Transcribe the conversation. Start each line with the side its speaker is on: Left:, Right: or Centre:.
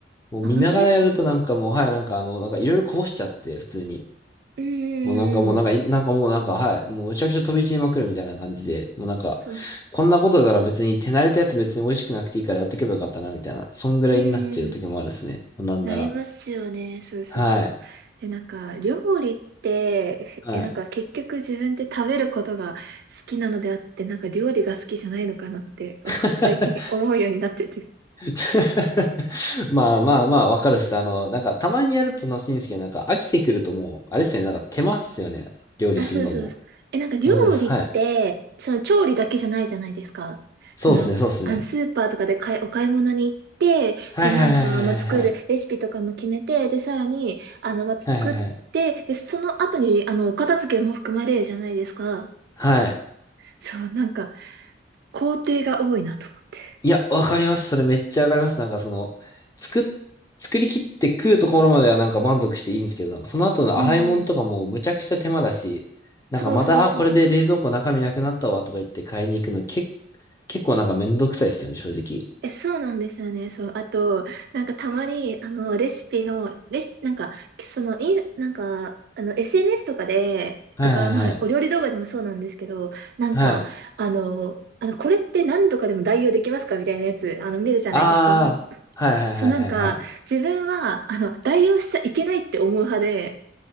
Left: もう見ながらやるとなんかもう、
Right: あ、本当ですか
Left: はい、なんかあの、なんかいろいろこぼしちゃって、普通に。
Right: うんうんうんうん。
Left: もうなんかもうなんかい、なんかもうなんか、はい、もうむちゃくちゃ飛び散りまくるみたいな感じで、もうなんか、
Right: そう。
Left: こんなことなら別に手慣れたやつ別に美味しくなくていいからやっとけばよかったな、みたいな。そんぐらいになっちゃう時もあるっすね。
Right: うんうん
Left: なんなら。
Right: なりますよね。そうそうそう。
Left: はい。
Right: で、なんか、料理って、
Left: はい。
Right: え、なんか結局自分って食べることが好きなのであって、なんか料理が好きじゃないのかなって、<laughs> お最近思うようになってて。
Left: <laughs> <laughs> まあまあまあ、わかるっす。あの、なんか、たまにやると楽しいんですけど、なんか、飽きてくるともう、あれっすね、なんか、手間っすよね。料理するのも。
Right: あ、そうそうそう。え、なんか料理って、
Left: わかるっす。はい。
Right: その調理だけじゃないじゃないですか。
Left: そうっすね、
Right: その、
Left: そうっすね。
Right: あの、スーパーとかで買い、お買い物に行って、
Left: はいはいはいはいはいはい。
Right: で、なんか、まあ、作るレシピとかも決めて、で、さらに、あの、まあ、作って、
Left: はいはいはい。
Right: で、その後に、あの、お片付けも含まれるじゃないですか。
Left: はい。
Right: そう、なんか、工程が多いなと思って。
Left: いや、わかります。それめっちゃわかります。なんか、その、作っ、作り切って食うところまではなんか満足していいんですけど、なんかその後の洗い物とかもうむちゃくちゃ手間だし、
Right: うんうん
Left: なんかまた、
Right: そうそうそう。
Left: あ、これで冷蔵庫中身なくなったわとか言って買いに行くの、け、結構なんかめんどくさいっすよね、正直。
Right: え、そうなんですよね。そう。あと、なんかたまに、あの、レシピの、レシ、なんか、その、い、なんか、あの、SNS とかで、
Left: はいはいはい。
Right: とか、まあ、お料理動画でもそうなんですけど、なんか、
Left: はい。
Right: あの、あの、これって何とかでも代用できますかみたいなやつ、あの、見るじゃないですか。
Left: ああ、はいはいはいはいはい。
Right: そう、なんか、自分は、あの、代用しちゃいけないって思う派で、